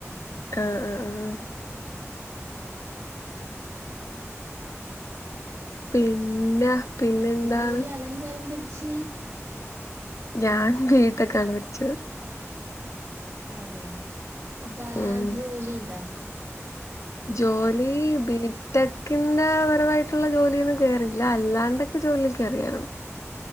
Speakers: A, on the left; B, on the right.
A: ആഹ ആഹ ആഹ പിന്നെ പിന്നെന്താണ്
B: പിന്ന ഇയാള് എന്തോലം പഠിച്ച്
A: ഞാൻ ബി ടെക്ക് ആണ് പഠിച്ചത്
B: അതെ അപ്പ
A: ഉം
B: ജോലിണ്ടാ
A: ജോലി ബീ ടെക്കിന്റെ പരമായിട്ടുള്ള ജോലിയൊന്നും കേയറിയില്ല അല്ലാണ്ടൊക്കെ ജോലിൽ കയറിയായിരുന്നു